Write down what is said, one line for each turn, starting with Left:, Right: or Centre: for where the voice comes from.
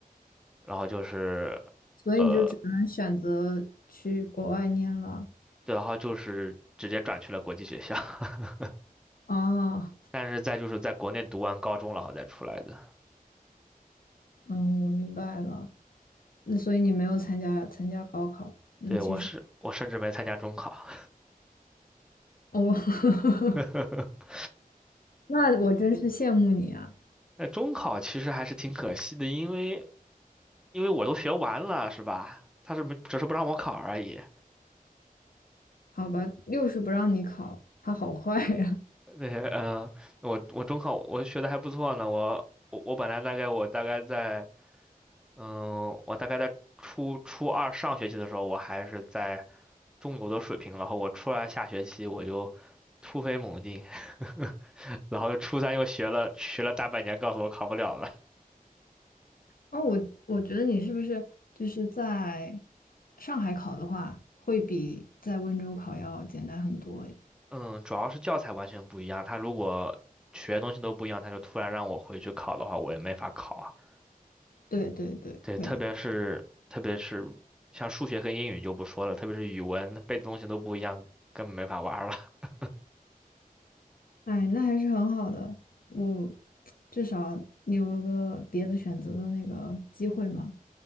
Centre: 然后就是，
Left: 所以你就只能选择去国外念了。
Centre: 呃，对，然后就是直接转去了国际学校。<laughs>
Left: 啊，
Centre: 但是再就是在国内读完高中，然后再出来的。
Left: 嗯，我明白了。那所以你没有参加参加高考。那其实
Centre: 对，我是我甚至没参加中考。
Left: 哦，<laughs>
Centre: <laughs>
Left: 那我真是羡慕你啊。
Centre: 那中考其实还是挺可惜的，因为因为我都学完了，是吧？他是没只是不让我考而已。
Left: 好吧，六是不让你考，他好坏呀、
Centre: <laughs> 那些嗯，我我中考我学的还不错呢，我我我本来大概我大概在嗯，我大概在初初二上学期的时候，我还是在中游的水平，然后我初二下学期我就突飞猛进，<laughs> 然后初三又学了学了大半年，告诉我考不了了。
Left: 哦，我我觉得你是不是就是在上海考的话，会比在温州考要简单很多诶。
Centre: 嗯，主要是教材完全不一样，他如果学的东西都不一样，他就突然让我回去考的话，我也没法考啊。
Left: 对对对，
Centre: 对，
Left: 会的。
Centre: 特别是特别是像数学和英语就不说了，特别是语文背的东西都不一样，根本没法玩儿了。<laughs>
Left: 哎，那还是很好的，我至少你有个别的选择的那个机会嘛。